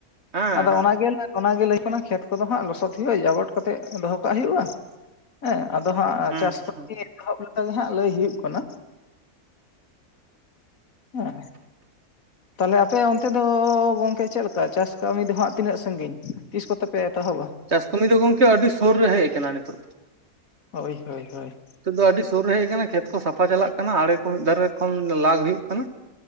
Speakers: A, on the right (about 45°); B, on the left (about 60°).
A: ᱦᱮᱸ
B: ᱟᱫᱚ
A: ᱦᱮᱸ
B: ᱚᱱᱟᱜᱮ ᱚᱱᱟᱜᱮ ᱞᱟᱹᱭ ᱠᱟᱱᱟ ᱠᱷᱮᱛ ᱠᱚᱫᱚ ᱦᱟᱸᱜ ᱞᱚᱥᱚᱫ ᱦᱩᱭᱩᱜᱼᱟ ᱡᱟᱵᱚᱴ ᱠᱟᱛᱮᱜ ᱫᱚᱦᱚ ᱠᱟᱜ ᱦᱩᱭᱩᱜᱼᱟ ᱦᱮᱸ ᱟᱫᱚ ᱦᱟᱸᱜ
A: ᱦᱮᱸ
B: ᱪᱟᱥ
A: ᱦᱮᱸ
B: ᱠᱟᱹᱢᱤ ᱮᱦᱚᱵ ᱞᱮᱠᱮ ᱦᱟᱸᱜ ᱞᱟᱹᱭ ᱦᱩᱭᱩᱜ ᱠᱟᱱᱟ ᱦᱮᱸ ᱛᱟᱦᱚᱞᱮ ᱟᱯᱮ ᱚᱱᱛᱮ ᱫᱚ ᱜᱚᱝᱠᱮ ᱪᱮᱫ ᱞᱮᱠᱟ ᱪᱟᱥ ᱠᱟᱹᱢᱤ ᱫᱚ ᱦᱟᱸᱜ ᱛᱤᱱᱟᱹᱜ ᱥᱟᱺᱜᱤᱧ ᱛᱤᱥ ᱠᱚᱛᱮ ᱯᱮ ᱮᱛᱚᱦᱚᱵᱟ
A: ᱪᱟᱥ ᱠᱟᱹᱢᱤ ᱫᱚ ᱜᱚᱝᱠᱮ ᱟᱹᱰᱤ ᱥᱩᱨ ᱨᱮ ᱦᱮᱡ ᱟᱠᱟᱱᱟ ᱱᱤᱛᱚᱜ ᱫᱚ
B: ᱦᱳᱭ ᱦᱳᱭ ᱦᱳᱭ
A: ᱱᱤᱛᱚᱜ ᱫᱚ ᱟᱹᱰᱤ ᱥᱳᱨ ᱨᱮ ᱦᱮᱡ ᱟᱠᱟᱱᱟ ᱠᱷᱮᱛ ᱠᱚ ᱥᱟᱯᱷᱟ ᱪᱟᱞᱟᱜ ᱠᱟᱱᱟ ᱟᱲᱮ ᱠᱚ ᱢᱤᱫ ᱫᱷᱟᱨᱮ ᱠᱷᱚᱱ ᱞᱟᱜ ᱦᱩᱭᱩᱜ ᱠᱟᱱᱟ